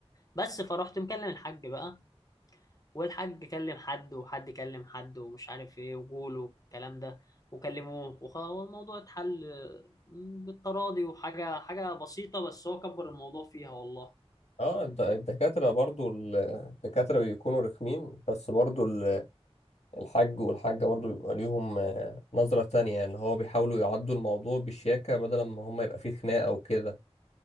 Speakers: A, on the left; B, on the left.
A: بس فروحت مكلم الحاج بقى والحاج كلم حد وحد كلم حد ومش عارف ايه وجوله الكلام ده وكلموه وخ- والموضوع اتحل آه، بالتراضي وحاجة حاجة بسيطة بس هو كبر الموضوع فيها والله
B: اه الد- الدكاتره برضو ال- الدكاتره بيكونوا رخمين بس برضو ال- الحاج والحاجه برضو بيبقى ليهم آه، نظره تانية اللي هو بيحاولوا يعدوا الموضوع بشياكه بدل ما هم يبقى فيه خناقه وكده